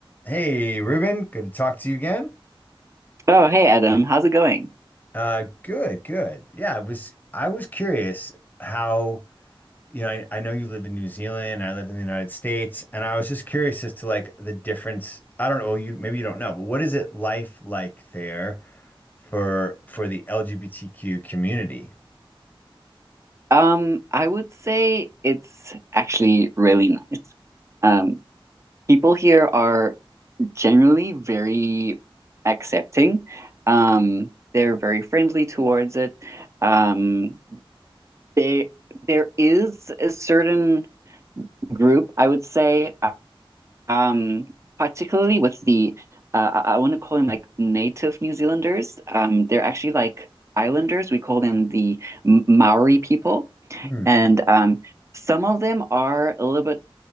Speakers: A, on the left (about 20°); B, on the right (about 30°).
A: Hey, Ruben, good to talk to you again.
B: Oh, hey Adam, how's it going?
A: Uh, good, good. Yeah, I was I was curious how, you know, I, I know you live in New Zealand, I live in the United States, and I was just curious as to like the difference. I don't know, you maybe you don't know, but what is it life like there for for the LGBTQ community?
B: Um, I would say it's actually really nice. Um, people here are generally very accepting. Um, they're very friendly towards it. Um, they there is a certain group, I would say, uh, um, particularly with the uh, I, want to call them like native New Zealanders. Um, they're actually like islanders. We call them the M- Maori people.
A: Hmm.
B: And um, some of them are a little bit,